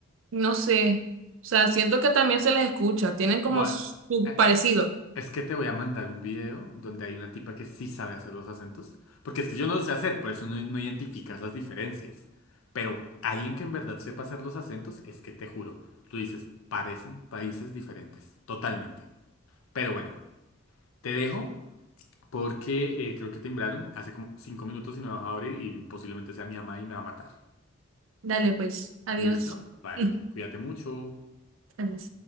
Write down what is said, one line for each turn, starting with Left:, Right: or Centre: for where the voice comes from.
Right: no sé, o sea, siento que también se les escucha, tienen como
Left: Bueno,
Right: su
Left: eh,
Right: parecido.
Left: es que te voy a mandar un video donde hay una tipa que sí sabe hacer los acentos. Porque es que yo no lo sé hacer, por eso no, no identificas las diferencias. Pero alguien que en verdad sepa hacer los acentos, es que te juro, tú dices, parecen países diferentes. Totalmente. Pero bueno, te dejo porque eh, creo que timbraron hace como cinco minutos y no he bajado a abrir y posiblemente sea mi mamá y me va a matar.
Right: Dale, pues, adiós.
Left: ¿Listo? Vale,
Right: <laughs>
Left: cuídate mucho.
Right: Adiós.